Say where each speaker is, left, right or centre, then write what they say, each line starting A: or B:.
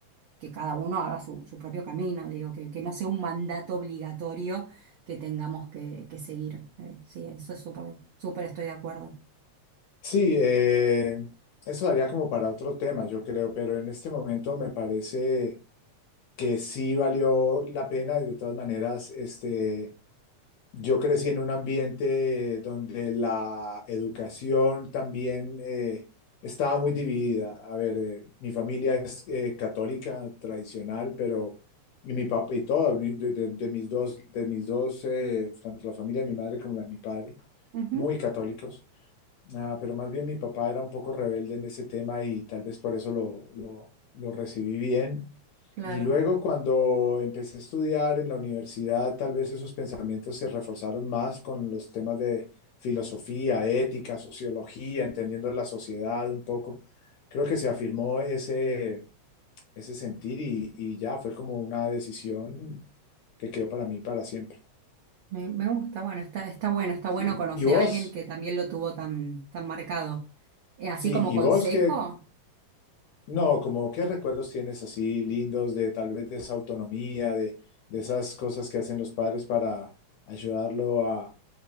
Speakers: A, on the right; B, on the left.
A: que cada uno haga su, su propio camino, digo, que, que no sea un mandato obligatorio que tengamos que, que seguir. Eh, sí, eso es súper, súper estoy de acuerdo.
B: Sí, eh, eso daría como para otro tema, yo creo, pero en este momento me parece que sí valió la pena y de todas maneras, este... Yo crecí en un ambiente donde la educación también eh, estaba muy dividida. A ver, eh, mi familia es eh, católica tradicional, pero y mi papá y todo, mi- de, de- de mis dos, de mis dos, eh, tanto la familia de mi madre como la de mi padre,
A: Ujú,
B: muy católicos. Ah, pero más bien mi papá era un poco rebelde en ese tema y tal vez por eso lo, lo, lo recibí bien.
A: claro,
B: Y luego cuando empecé a estudiar en la universidad, tal vez esos pensamientos se reforzaron más con los temas de filosofía, ética, sociología, entendiendo la sociedad un poco. Creo que se afirmó ese, ese sentir y, y ya fue como una decisión que quedó para mí para siempre.
A: me, me gusta, bueno, está, está bueno, está
B: Sí.
A: bueno conocer
B: ¿Y vos?
A: a alguien que también lo tuvo tan, tan marcado. Eh, así
B: Sí,
A: como
B: ¿y
A: consejo.
B: vos qué, No, como qué recuerdos tienes así lindos de tal vez de esa autonomía, de, de esas cosas que hacen los padres para ayudarlo a,